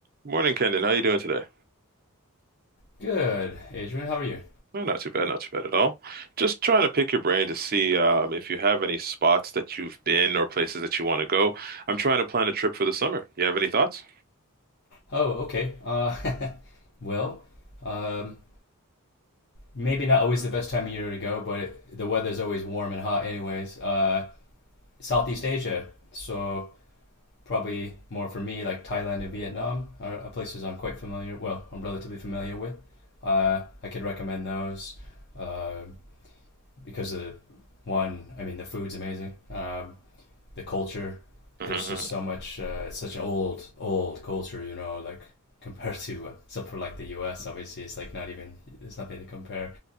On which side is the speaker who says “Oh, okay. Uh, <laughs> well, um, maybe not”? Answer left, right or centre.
Left